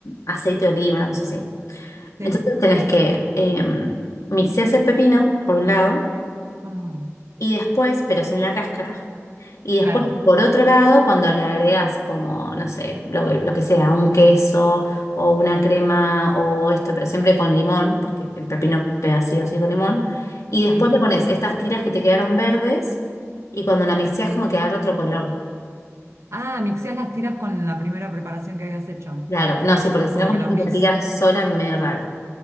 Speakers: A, on the left; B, on the right.
A: aceite de oliva, una cosa así.
B: sí.
A: Entonces tenés que eh, mixear el pepino por un lado
B: Ah,
A: y después, pero sin la cáscara, y
B: claro,
A: después, por otro lado, cuando le agregas como, no sé, lo, que lo que sea, un queso o una crema o esto, pero siempre con limón, porque el pepino pega sí o sí con limón, y después
B: sí.
A: le pones estas tiras que te quedaron verdes y cuando la mixeas como que agarra otro color.
B: Ah, mixeás las tiras con la primera preparación que habías hecho,
A: Claro, no, sí, porque si
B: como
A: no, cuando
B: que la
A: tú
B: unís.
A: la tiras sola es medio raro.